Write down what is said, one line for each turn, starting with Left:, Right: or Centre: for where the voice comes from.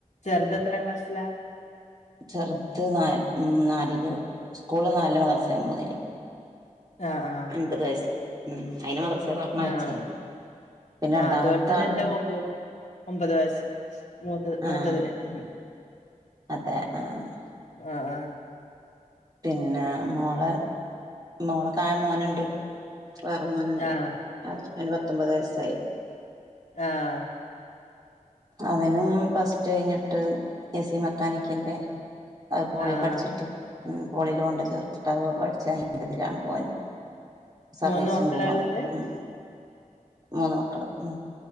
Left: ചെർത് എത്രാം ക്ലാസ്സിലാ?
Right: ചെർത് നാല് ഉം നാലില് സ്കൂള് നാലില് മദ്രസ്സ്ല് മൂന്നില്.
Left: ആഹ്, ആഹ്
Right: മ്പത് വയസ് ഉം അയ്നെ മദ്രസേ പർഞയച്ച്.
Left: ആഹ്
Right: പിന്നെ രണ്ടാമത്താള്
Left: ആഹ് അതുപോലെ തന്നെ എന്റെ മോക്കും ഒമ്പത് വയസ്സ് മൂത്തത് മൂത്തതിന്
Right: ആഹ്
Left: ഹും ഹും
Right: അതെ ആഹ്
Left: ആഹ്, ആഹ്
Right: പിന്നെ മോളെ മോളെതായെ മോന്ണ്ട് വേറെ മോന്ണ്ട്.
Left: ആഹ്
Right: അവന് പ്പന്നെ പത്തൊമ്പത് വയസ്സായി.
Left: ആഹ്
Right: അവനും പ്ലെസ് ടു കഴ്‌ഞ്ഞിട്ട് എ സി മെക്കാനിക്കിന്റെ അത് പോളി
Left: ആഹ്
Right: പഠിച്ചിട്ട് ഉം പോളീ ല് കൊണ്ട് ചേർത്തിട്ട് അത് പഠിച്ച അയിന്റെതിലാണ് പോന്. സർവീസിന്
Left: മൂന്ന് മക്കളാ
Right: പോവാണ്
Left: ഉള്ളത്
Right: ഉം മൂന്ന് മക്കള് ഉം.